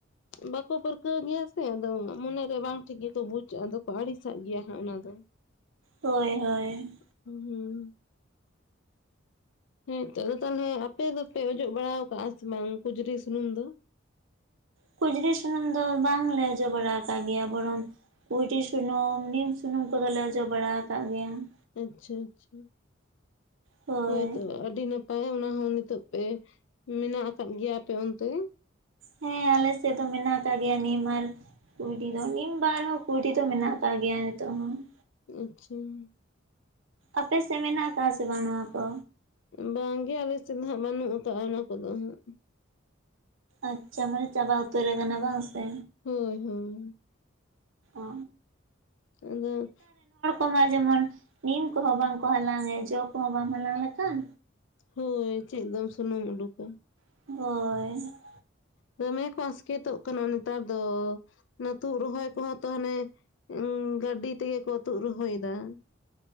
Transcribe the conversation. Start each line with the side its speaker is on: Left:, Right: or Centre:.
Left: ᱵᱟᱠᱚ ᱯᱟᱹᱨᱠᱟᱹᱣ ᱜᱮᱭᱟ ᱥᱮ ᱟᱫᱚ ᱢᱚᱱᱮ ᱨᱮ ᱵᱟᱝ ᱴᱷᱤᱠ ᱜᱮᱠᱚ ᱵᱩᱡ ᱟᱫᱚ ᱠᱚ ᱟᱹᱲᱤᱥᱟᱜ ᱜᱮᱭᱟ ᱦᱟᱸᱜ ᱚᱱᱟ ᱫᱚ ᱾
Right: ᱦᱳᱭ ᱦᱳᱭ ᱾
Left: ᱦᱩᱸ ᱻ ᱦᱮᱸᱛᱚ ᱟᱫᱚ ᱛᱟᱦᱟᱞᱮ ᱟᱯᱮ ᱫᱚᱯᱮ ᱚᱡᱚᱜ ᱵᱟᱲᱟ ᱟᱠᱟᱜᱼᱟ ᱥᱮ ᱵᱟᱝ ᱠᱩᱡᱽᱨᱤ ᱥᱩᱱᱩᱢ ᱫᱚ?
Right: ᱠᱩᱡᱽᱨᱤ ᱥᱩᱱᱩᱢ ᱫᱚ ᱵᱟᱝ ᱞᱮ ᱚᱡᱚᱜ ᱵᱟᱲᱟ ᱟᱠᱟᱜ ᱜᱮᱭᱟ ᱵᱚᱨᱚᱝ ᱠᱩᱭᱰᱤ ᱥᱩᱱᱩᱢ ᱱᱤᱢ ᱥᱩᱱᱩᱢ ᱠᱚᱫᱚ ᱞᱮ ᱚᱡᱚᱜ ᱵᱟᱲᱟ ᱟᱠᱟᱜ ᱜᱮᱭᱟ ᱾
Left: ᱟᱪᱪᱷᱟ ᱟᱪᱪᱷᱟ
Right: ᱦᱳᱭ
Left: ᱦᱚᱭ ᱛᱚᱵᱮ ᱟᱹᱰᱤ ᱱᱟᱯ ᱯᱟᱭ ᱚᱱᱟ ᱦᱚᱸ ᱱᱤᱛᱚᱜ ᱯᱮ ᱢᱮᱱᱟᱜ ᱟᱠᱟᱫ ᱜᱮᱭᱟ ᱟᱯᱮ ᱚᱱᱛᱮ ᱾
Right: ᱦᱮᱸ ᱟᱞᱮ ᱥᱮᱫ ᱫᱚ ᱢᱮᱱᱟᱜ ᱟᱠᱟᱜ ᱜᱮᱭᱟ ᱱᱤᱢ ᱟᱨ ᱠᱩᱭᱰᱤ ᱫᱚ ᱱᱤᱢ ᱵᱟᱝ ᱨᱮᱦᱚᱸ ᱠᱩᱭᱰᱤ ᱫᱚ ᱢᱮᱱᱟᱜ ᱟᱠᱟᱜ ᱜᱮᱭᱟ ᱱᱤᱛᱚᱜ ᱦᱚᱸ ᱾
Left: ᱟᱪᱪᱷᱟ ᱾
Right: ᱟᱯᱮᱥᱮᱫ ᱢᱮᱱᱟᱜ ᱟᱠᱟᱜᱼᱟ ᱥᱮ ᱵᱟᱝ ᱱᱚᱣᱟ ᱠᱚ?
Left: ᱵᱟᱝ ᱜᱮ ᱟᱞᱮ ᱥᱮᱫ ᱫᱚ ᱦᱟᱸᱜ ᱵᱟᱹᱱᱩᱜ ᱟᱠᱟᱜᱼᱟ ᱚᱱᱟ ᱠᱚᱫᱚ ᱦᱟᱸᱜ ᱾
Right: ᱟᱪᱪᱷᱟ ᱢᱟᱱᱮ ᱪᱟᱵᱟ ᱩᱛᱟᱹᱨ ᱟᱠᱟᱱᱟ ᱵᱟᱝ ᱥᱮ?
Left: ᱦᱚᱭ ᱦᱚᱭ
Right: ᱚ
Left: ᱟᱫᱚ
Right: ᱚᱱᱟ ᱡᱮᱢᱚᱱ ᱱᱤᱢ ᱠᱚᱦᱚᱸ ᱵᱟᱝ ᱠᱚ ᱦᱟᱞᱟᱝ ᱮᱫ ᱡᱚᱸ ᱠᱚᱦᱚᱸ ᱵᱟᱢ ᱦᱟᱞᱟᱝ ᱞᱮᱠᱷᱟᱱ
Left: ᱦᱚᱭ ᱪᱮᱫ ᱫᱚᱢ ᱥᱩᱱᱩᱢ ᱩᱰᱩᱠᱟ ᱾
Right: ᱦᱚᱭ ᱾
Left: ᱫᱚᱢᱮ ᱠᱚ ᱟᱥᱠᱮᱛᱚᱜ ᱠᱟᱱᱟ ᱱᱮᱛᱟᱨ ᱫᱚ ᱚᱱᱟ ᱛᱩᱫ ᱨᱚᱦᱚᱭ ᱠᱚᱦᱚᱸ ᱛᱚ ᱦᱟᱱᱮ ᱩᱸᱻ ᱜᱟᱹᱰᱤ ᱛᱮᱜᱮ ᱠᱚ ᱛᱩᱜ ᱨᱚᱦᱚᱭ ᱫᱟ ᱾